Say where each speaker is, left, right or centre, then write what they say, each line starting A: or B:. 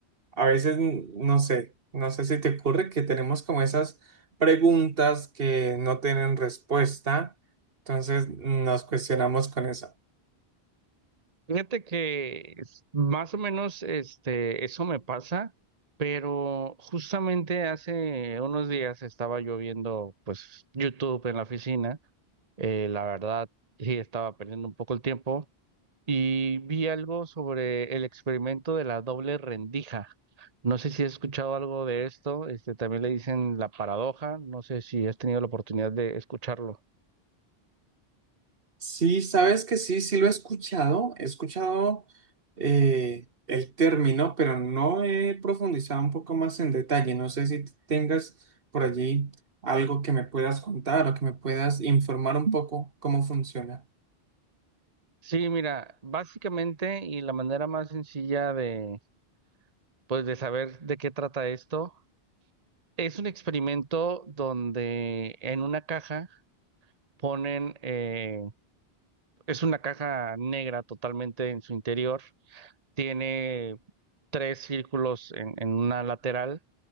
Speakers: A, on the right; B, on the right.
A: A veces, n- no sé, no sé si te ocurre que tenemos como esas preguntas que no tienen respuesta, entonces nos cuestionamos con eso.
B: Fíjate que es- más o menos este eso me pasa, pero justamente hace unos días estaba yo viendo pues YouTube en la oficina, eh, la verdad sí estaba perdiendo un poco el tiempo. y vi algo sobre el experimento de la doble rendija. No sé si has escuchado algo de esto, este, también le dicen la paradoja, no sé si has tenido la oportunidad de escucharlo.
A: Sí, sabes que sí, sí lo he escuchado, he escuchado eh, el término, pero no he profundizado un poco más en detalle. No sé si tengas por allí algo que me puedas contar o que me puedas informar un poco cómo funciona.
B: Sí, mira, básicamente y la manera más sencilla de, pues, de saber de qué trata esto, es un experimento donde en una caja ponen, eh, es una caja negra totalmente en su interior, tiene tres círculos en en una lateral